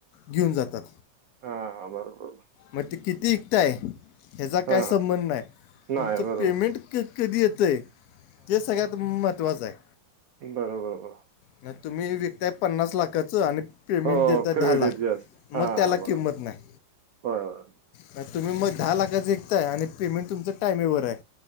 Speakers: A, on the left; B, on the right.
A: घेऊन जातात.
B: हा बरोबर.
A: मग ते किती विकताय, ह्याचा काय
B: हां
A: संबंध नाही,
B: नाही
A: तुमचं
B: बरोबर
A: पेमेंट क कधी येतो आहे, ते सगळ्यात महत्त्वाचं आहे.
B: बरोंबरं.
A: नाही तुम्ही विकताय पन्नास लाखाचं आणि पेमेंट
B: हो
A: देतात
B: क्रेडिट
A: दहा लाख,
B: जास्त
A: मग
B: हां
A: त्याला
B: बरोबर
A: किंमत नाही.
B: होय होय
A: नाही तुम्ही मग दहा लाखाचं एकताय, आणि पेमेंट तुमचं टायमिवर आहे.